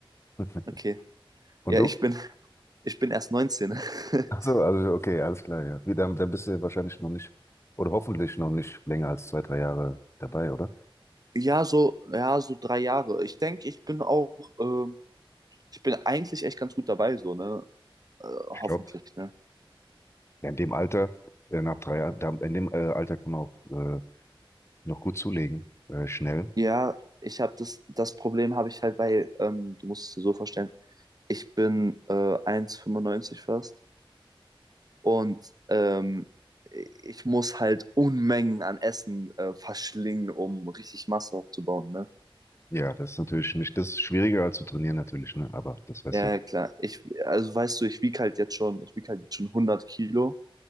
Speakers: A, on the left; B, on the right.
A: <laughs>
B: okay.
A: Und
B: Ja,
A: du?
B: ich bin, <laughs> ich bin erst 19.
A: Ach
B: <laughs>
A: so, also okay, alles klar, ja. Wie, Dann, dann bist du wahrscheinlich noch nicht, oder hoffentlich noch nicht länger als zwei, drei Jahre dabei, oder?
B: Ja, so, ja, so drei Jahre. Ich denke, ich bin auch, ähm, ich bin eigentlich echt ganz gut dabei, so, ne? Äh, hoffentlich,
A: Ich glaube,
B: ne?
A: ja, in dem Alter, äh, nach drei Jahren, da- in dem äh, Alter kann man auch äh, noch gut zulegen, äh, schnell.
B: Ja, ich habe das, das Problem habe ich halt, weil, ähm, du musst es dir so vorstellen, ich bin äh, 1,95 fast. Und ähm, ich muss halt Unmengen an Essen äh, verschlingen, um richtig Masse aufzubauen, ne?
A: Ja, das ist natürlich nicht, das ist schwieriger als zu trainieren natürlich, ne? Aber das weißt
B: Ja,
A: du,
B: ja, klar. Ich, also weißt du, ich wiege halt jetzt schon, ich wiege halt jetzt schon hundert Kilo,